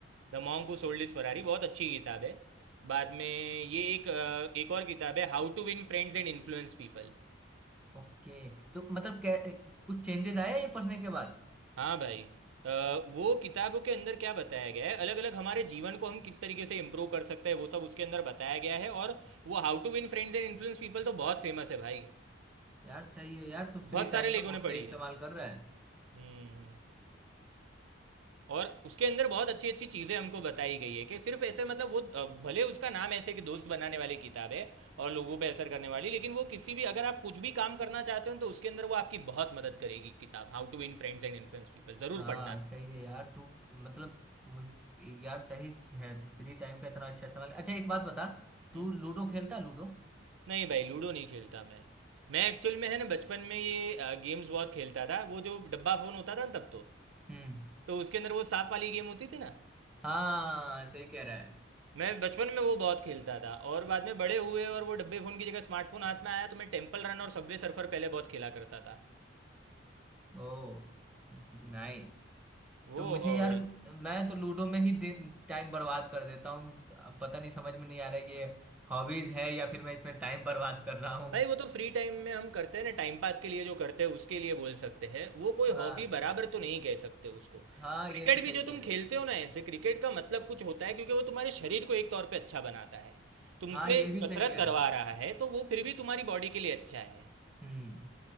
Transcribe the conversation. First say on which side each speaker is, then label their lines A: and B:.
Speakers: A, on the right; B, in the centre.
A: The monk who sold his Ferrari बहुत अच्छी किताब है बाद में ये एक अ, एक और किताब है how to win friends and influence people
B: ओके तो मतलब क्या कुछ चेंजेस आया ये पढ़ने के बाद
A: हाँ भाई अ, वो किताबों के अंदर क्या बताया गया है अलग अलग हमारे जीवन को हम किस तरीके से इम्प्रूव कर सकते हैं वो सब उसके अंदर बताया गया है और वो how to win friends and influence people तो बहुत फेमस है भाई
B: यार सही है यार तू
A: बहुत
B: फ्री
A: सारे
B: टाइम
A: लोगों
B: का बहुत
A: ने पढ़ी
B: सही इस्तेमाल
A: है
B: कर रहा है
A: हम्म हम्म। और उसके अंदर बहुत अच्छी अच्छी चीज़ें हमको बताई गई है कि सिर्फ ऐसे मतलब वो अ, भले उसका नाम ऐसे कि दोस्त बनाने वाली किताब है और लोगों पे असर करने वाली लेकिन वो किसी भी अगर आप कुछ भी काम करना चाहते हो तो उसके अंदर वो आपकी बहुत मदद करेगी किताब how to win friends and influence people ज़रूर
B: हाँ
A: पढ़ना
B: सही है यार तू मतलब मुझ यार सही है तू फ्री टाइम का इतना अच्छा इस्तेमाल अच्छा एक बात बता तू
A: हम्म
B: लूडो खेलता है लूडो
A: नहीं भाई लूडो नहीं खेलता मैं मैं एक्चुअल में है ना बचपन में ये आ, गेम्स बहुत खेलता था वो जो डब्बा फ़ोन होता था ना तब तो
B: हम्म
A: तो उसके अंदर वो सांप वाली गेम होती थी ना
B: हाँ सही कह रहा है
A: मैं बचपन में वो बहुत खेलता था और बाद में बड़े हुए और वो डब्बे फ़ोन की जगह स्मार्टफोन हाथ में आया तो मैं टेम्पल रन और सबवे सर्फर पहले बहुत खेला करता था
B: ओ नाइस
A: वो
B: तो मुझे
A: और
B: यार मैं तो लूडो में ही टाइम बर्बाद कर देता हूँ अब पता नहीं समझ में नहीं आ रहा है ये हॉबीज है या फिर मैं इसमें टाइम बर्बाद कर रहा हूँ
A: भाई वो तो फ्री टाइम में हम करते हैं ना टाइम पास के लिए जो करते हैं उसके लिए बोल सकते हैं वो कोई
B: हाँ
A: हॉबी बराबर तो नहीं कह सकते उसको
B: हाँ ये
A: क्रिकेट
B: तो सही
A: भी जो
B: कह
A: तुम
B: रहे
A: खेलते
B: हो
A: हो ना ऐसे क्रिकेट का मतलब कुछ होता है क्योंकि वो तुम्हारे शरीर को एक तौर पे अच्छा बनाता है तुमसे
B: हाँ ये भी
A: कसरत
B: सही कह
A: करवा
B: रहे हो
A: रहा है तो वो फिर भी तुम्हारी बॉडी के लिए अच्छा है
B: हम्म